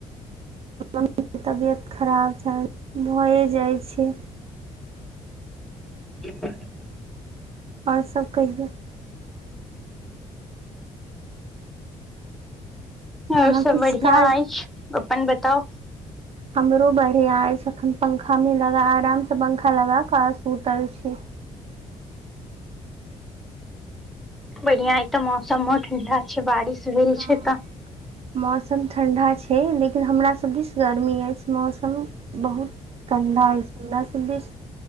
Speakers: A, on the right; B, in the centre.
A: म तबियत खराब छै भऽए जाइत छै
B: <inaudible> <unintelligible>
A: आओर सभ कहियो
B: आओर
A: अहाँ
B: सभ
A: किछु
B: बढ़िआँ
A: काज
B: अछि अपन बताउ
A: हमरो बढ़िआ अछि एखन पंखा मे लग आराम से पंखा लगा कऽ सुूतल छी
B: बढ़िया एक तऽ मौसमो ठण्डा छैक बारिश भेल
A: ह
B: छै तऽ
A: मौसम ठण्डा छै हे लेकिन हमराास दिस गर्मी अछि मौसम बहुत गन्दा अछि हमरा सब दिस